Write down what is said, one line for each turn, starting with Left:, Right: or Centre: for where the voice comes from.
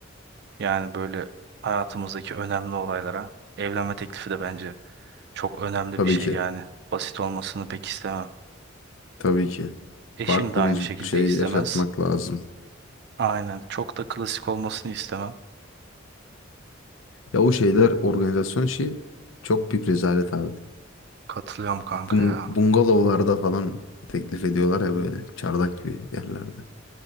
Right: Yani böyle hayatımızdaki önemli olaylara. Evlenme teklifi de bence çok önemli
Left: Tabii
Right: bir şey
Left: ki.
Right: yani. Basit olmasını pek istemem.
Left: Tabii ki.
Right: Eşim
Left: Farklı
Right: de aynı
Left: bir
Right: şekilde
Left: şey
Right: istemez.
Left: yaşatmak lazım.
Right: Aynen. Çok da klasik olmasını istemem.
Left: Ya o şeyler organizasyon işi çok büyük rezalet abi.
Right: Katılıyorum kanka
Left: Bung-
Right: ya.
Left: bungalovlarda falan teklif ediyorlar ya böyle çardak gibi yerlerde.